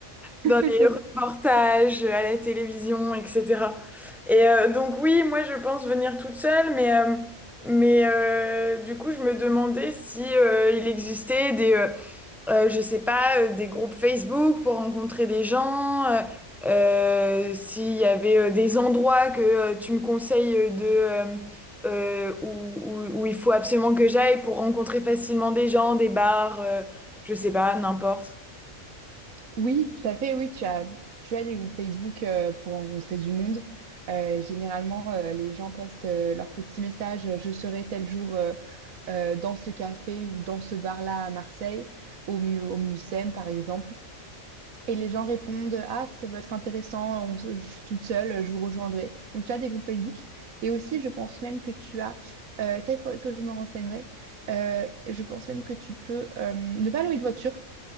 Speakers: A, on the right; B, in the centre.
A: <laughs>
B: dans les reportages, à la télévision, etc. Et euh, donc oui, moi je pense venir toute seule, mais, euh, mais euh, du coup je me demandais si euh, il existait des, euh, euh, je sais pas, euh, des groupes Facebook pour rencontrer des gens, euh, euh, s'il y avait euh, des endroits que euh, tu me conseilles de... euh, euh, où, où- où il faut absolument que j'aille pour rencontrer facilement des gens, des bars, euh, je sais pas, n'importe.
A: Oui, tout à fait. Oui, tu as, tu as des groupes Facebook euh, pour rencontrer du monde. Euh, généralement, euh, les gens postent euh, leurs petits messages, euh, je serai tel jour euh, euh, dans ce café ou dans ce bar-là à Marseille, au, mu au Mucem par exemple. Et les gens répondent, ah, ça peut être intéressant, on se- je suis toute seule, je vous rejoindrai. Donc tu as des groupes Facebook. Et aussi, je pense même que tu as, euh, ça il faudrait que je me renseignerai, Euh, je pense même que tu peux, euh, ne pas louer de voiture.